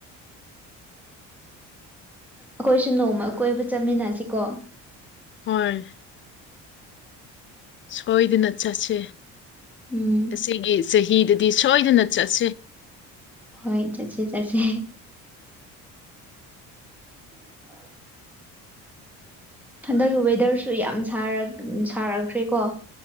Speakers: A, in the centre; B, on the left (about 35°).
A: ꯑꯈꯣꯏꯁꯨ ꯅꯣꯡꯃ ꯀꯣꯏꯕ ꯆꯠꯃꯤꯟꯅꯁꯤꯀꯣ
B: ꯍꯣꯏ ꯁꯣꯏꯗꯅ ꯆꯠꯁꯦ
A: ꯎꯝ
B: ꯑꯁꯤꯒꯤ ꯆꯍꯤꯗꯗꯤ ꯁꯣꯏꯗꯅ ꯆꯠꯁꯦ
A: ꯍꯣꯏ ꯆꯠꯁꯤ ꯆꯠꯁꯦ <inaudible> ꯍꯟꯗꯛ ꯋꯦꯗꯔꯁꯨ ꯌꯥꯝ ꯁꯥꯔꯛ ꯁꯥꯔꯛꯈ꯭ꯔꯦꯀꯣ